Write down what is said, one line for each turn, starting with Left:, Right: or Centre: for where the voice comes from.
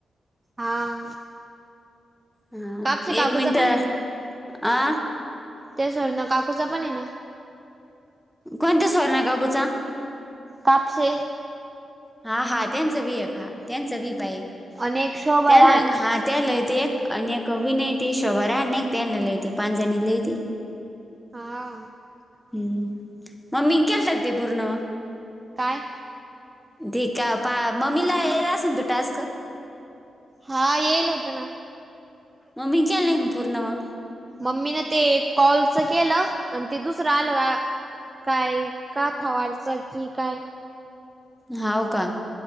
Right: हा
Centre: हा
Right: कापशी काकूचा
Centre: एक मिनटं
Right: पण आहे ना.
Centre: आ
Right: त्या सुवर्णा काकूचा पण आहे ना.
Centre: कोणत्या सुवर्णा काकूचा?
Right: कापशे
Centre: हा हा त्यांच भी एक हा त्याचा भी पा. एक
Right: अनेक शोभा
Centre: त्याला
Right: राणे.
Centre: हा त्यालय ते एक आणि एक विनय ते शोभारा एक त्याला लयत पाच जणी लय ती.
Right: हा
Centre: हम्म, मगं मी केलता की पूर्ण
Right: काय?
Centre: ठीक आ पहा. मम्मीला येईला आसन तो टास्क,
Right: हा येईल होत ना.
Centre: मम्मी च झालं की नाही पूर्ण मगं.
Right: मम्मीन ते कॉलच केलं आणि ते दुसरं आलं काय. का ठावा अडचण करतो की काय.
Centre: हाव का,